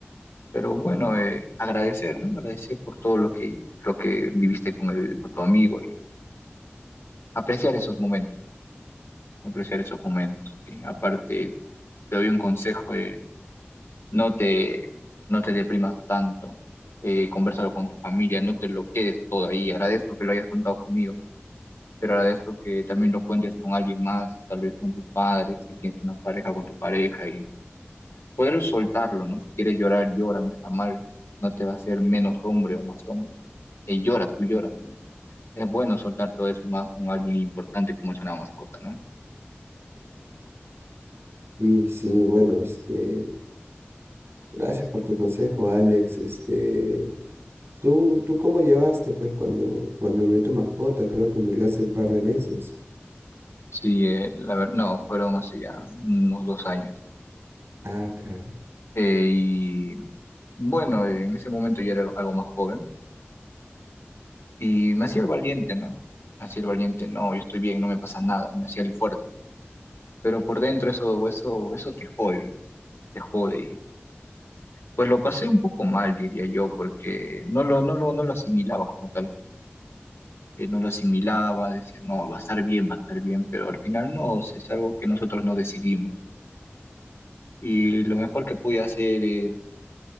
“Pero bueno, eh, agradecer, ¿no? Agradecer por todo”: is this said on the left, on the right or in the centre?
Left